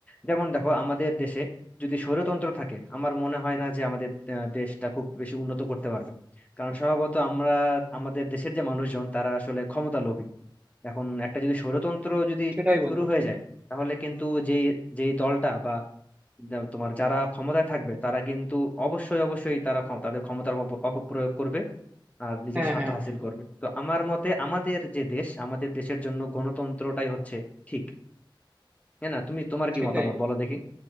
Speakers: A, on the left; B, on the right.
A: যেমন দেখো আমাদের দেশে যদি স্বৈরতন্ত্র থাকে আমার মনে হয় না যে আমাদের আহ, দেশটা খুব বেশি উন্নত করতে পারবে কারণ স্বভাবত আমরা আমাদের দেশের যে মানুষজন তারা আসলে ক্ষমতা লোভী এখন একটা যদি স্বৈরতন্ত্র যদি
B: সেটাই বন্ধু
A: শুরু হয়ে যায় তাহলে কিন্তু যে যেই দলটা বা তোমার যারা ক্ষমতায় থাকবে তারা কিন্তু অবশ্যই অবশ্যই তারা ক্ষম- তাদের ক্ষমতার অপ- অপপ্রয়োগ করবে আর নিজের
B: হ্যাঁ
A: স্বার্থ
B: হ্যাঁ
A: হাসিল
B: হ্যাঁ
A: করবে তো আমার মতে আমাদের যে দেশ আমাদের দেশের জন্য গণতন্ত্রটাই হচ্ছে ঠিক হ্যাঁ না তুমি তোমার কি
B: সেটাই
A: মতামত বলো দেখি